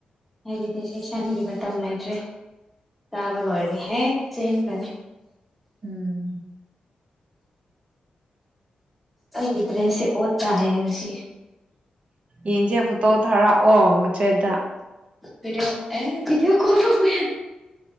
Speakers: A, in the centre; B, on the right.
A: ꯍꯥꯏꯗꯤꯗꯤ ꯁꯤ ꯁꯟꯒꯤ ꯃꯇꯝ ꯂꯩꯇ꯭ꯔꯦ ꯆꯥꯕ ꯂꯣꯏꯔꯅꯤ ꯍꯦꯛ ꯁꯤꯩꯅ ꯀꯅꯦ
B: ꯎꯝ
A: ꯒꯗ꯭ꯔꯦ ꯁꯤꯦ ꯑꯣ ꯇꯑꯁꯤ
B: ꯌꯦꯡꯁꯦ ꯄꯨꯠꯇꯣ ꯊꯔꯥ ꯑꯣ ꯎꯆꯦꯗ
A: ꯗꯤꯑꯣ ꯑꯦꯕꯤꯗꯤꯑꯣ ꯀꯔꯕ